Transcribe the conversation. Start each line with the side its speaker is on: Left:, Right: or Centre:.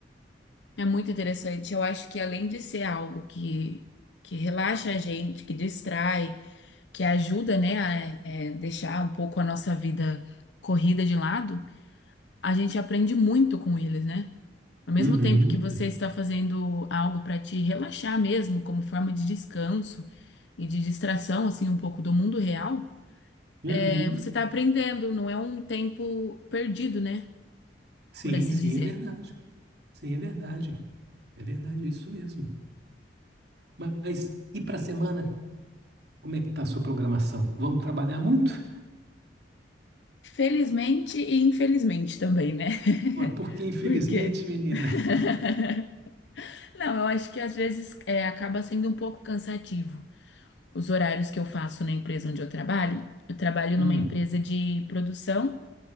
Left: É muito interessante. Eu acho que além de ser algo que, que relaxa a gente, que distrai, que ajuda, né, a é, deixar um pouco a nossa vida corrida de lado, a gente aprende muito com eles, né? Ao mesmo
Right: Uhum,
Left: tempo que você está fazendo algo para te relaxar mesmo, como forma de descanso e de distração, assim, um pouco do mundo real,
Right: uhum.
Left: é, você está aprendendo, não é um tempo perdido, né?
Right: Sim,
Left: Por assim
Right: sim,
Left: dizer.
Right: é verdade. Sim, é verdade. É verdade, é isso mesmo. Mas e para a semana? Como é que tá a sua programação? Vamos trabalhar muito?
Left: Felizmente e infelizmente também, né?
Right: Ué,
Left: <laughs>
Right: Porque, infelizmente,
Left: Por quê?
Right: menina.
Left: <laughs> Não, eu acho que às vezes é, acaba sendo um pouco cansativo. Os horários que eu faço na empresa onde eu trabalho, eu trabalho
Right: Hum,
Left: numa empresa de produção